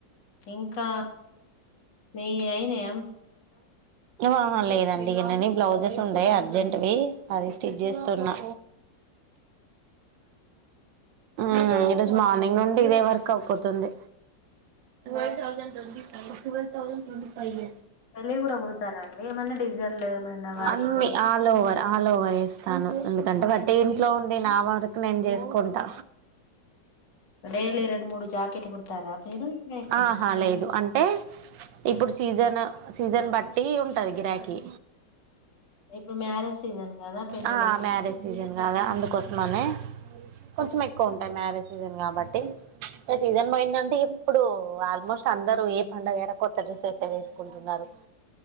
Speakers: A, on the left; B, on the right.
A: ఇంకా మీ వి
B: ఆహా లేదండి ఇన్నీ బ్లౌజెస్ ఉండయి అర్జెంట్వి అది స్టిచ్ చేస్తున్నా మన మళీ అవా ఈ రోజు మార్నింగ్ నుండి ఇదే వరకు అవుపోతుంది టటువ థౌజండ్ట్వ ఫై్వ ౌజడ్ట్ంట ఫైవ్
A: పెళ్ళి కూడా కుడతారా అండి ఏమైన్నా డిజైల్ ఏమైనా వర్క్
B: అన్ని ఆల్ ఓవర్ ఆల్ ఓవర్ ఇస్తాను ఎందుకంటే బట్టి ఇంట్లో ఉండి నా వరకు నేను చేసుకుంటా
A: డైలీ రెండు మూడు జాకెట్లు కుడతారా మీరు ఇంకా ఎక్కువనా
B: ఆహా లేదు అంటే ఇప్పుడు సీజన్ సీజన్ బట్టి ఉంటుంది గిరాకి
A: ఇప్పుడు మ్యారేజ్ సీజన్ కదా పెళ్ళిళ్ళ
B: ఆ మ్యారేజ్ సీజన్ కాదా అందుకో వస్త మనే కొంచెం ఎక్కువ ఉంటాయి మ్యారేజ్ సీజన్ కాబట్టి సీజన్ పోయిందంటే ఇప్పుడు ఆల్మోస్ట్ అందరుూ ఏ పండగేర కొత్త డ్రెస్సెస్ వేసుకుంటున్నారు